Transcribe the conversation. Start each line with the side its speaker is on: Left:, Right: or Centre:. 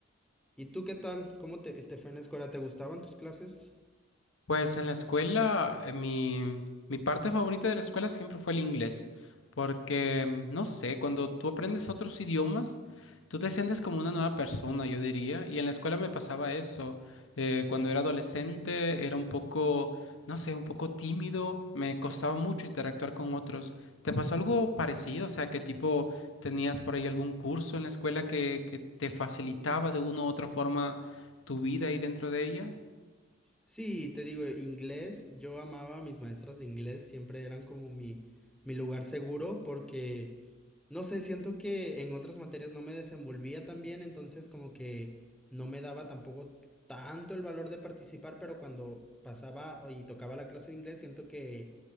Centre: ¿Y tú qué tal? ¿Cómo te, te fue en la escuela? ¿Te gustaban tus clases?
Left: Pues en la escuela, eh, mi, mi parte favorita de la escuela siempre fue el inglés, porque, mm, no sé, cuando tú aprendes otros idiomas, tú te sientes como una nueva persona, yo diría, y en la escuela me pasaba eso. Eh, cuando era adolescente era un poco, no sé, un poco tímido, me costaba mucho interactuar con otros. ¿Te pasó algo parecido? O sea, ¿qué tipo tenías por ahí algún curso en la escuela que, que te facilitaba de una u otra forma tu vida ahí dentro de ella?
Centre: Sí, te digo, inglés, yo amaba a mis maestras de inglés, siempre eran como mi, mi lugar seguro porque No sé, siento que en otras materias no me desenvolvía tan bien, entonces como que no me daba tampoco tanto el valor de participar, pero cuando pasaba y tocaba la clase de inglés, siento que,